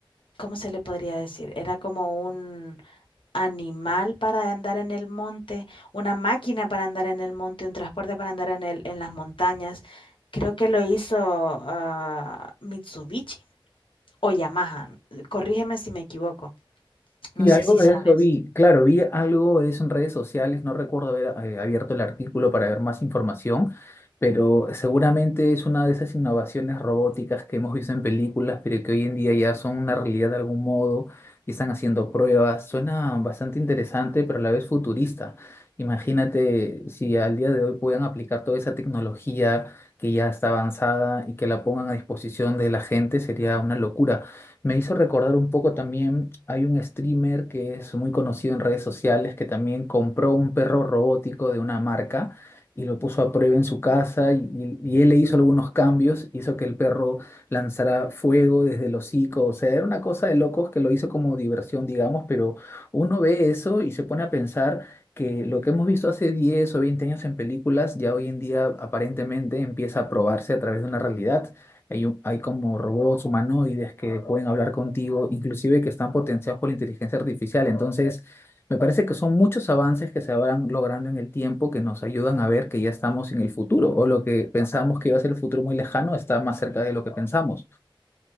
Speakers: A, on the left; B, on the left.
A: ¿cómo se le podría decir? Era como un animal para andar en el monte, una máquina para andar en el monte, un transporte para andar en el, en las montañas. Creo que lo hizo ah, Mitsubishi o Yamaha. Corrígeme si me equivoco. No
B: Sí,
A: sé
B: algo
A: si
B: de
A: sabes.
B: eso vi, claro, vi algo de eso en redes sociales, no recuerdo haber eh, abierto el artículo para ver más información, pero seguramente es una de esas innovaciones robóticas que hemos visto en películas, pero que hoy en día ya son una realidad de algún modo y están haciendo pruebas. Suena bastante interesante, pero a la vez futurista. Imagínate si al día de hoy puedan aplicar toda esa tecnología que ya está avanzada y que la pongan a disposición de la gente, sería una locura. Me hizo recordar un poco también, hay un streamer que es muy conocido en redes sociales que también compró un perro robótico de una marca y lo puso a prueba en su casa y, y- y él le hizo algunos cambios, hizo que el perro lanzara fuego desde el hocico, o sea, era una cosa de locos que lo hizo como diversión, digamos, pero uno ve eso y se pone a pensar que lo que hemos visto hace 10 o 20 años en películas ya hoy en día aparentemente empieza a probarse a través de una realidad. Hay, un- hay como robots humanoides que pueden hablar contigo, inclusive que están potenciados por la inteligencia artificial. Entonces, me parece que son muchos avances que se habrán logrando en el tiempo que nos ayudan a ver que ya estamos en el futuro, o lo que pensamos que iba a ser el futuro muy lejano está más cerca de lo que pensamos.